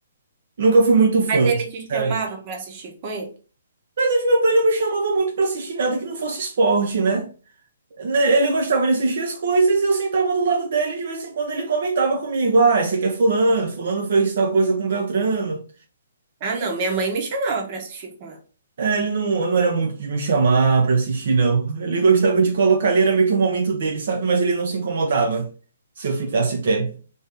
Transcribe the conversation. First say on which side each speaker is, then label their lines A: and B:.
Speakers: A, on the right; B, on the right.
A: Nunca fui muito fã,
B: Mas ele
A: sinceramente.
B: te chamava pra assistir com ele?
A: Mas meu pai não me chamava muito pra assistir nada que não fosse esporte, né? Né, Ele gostava de assistir as coisas e eu sentava do lado dele e de vez em quando ele comentava comigo: Ah, esse aqui é Fulano, Fulano fez tal coisa com Beltrano.
B: Ah, não. Minha mãe me chamava pra assistir com ela.
A: É, ele não, não era muito de me chamar pra assistir, não. Ele gostava de colocar ali, era meio que o momento dele, sabe? Mas ele não se incomodava se eu ficasse pé.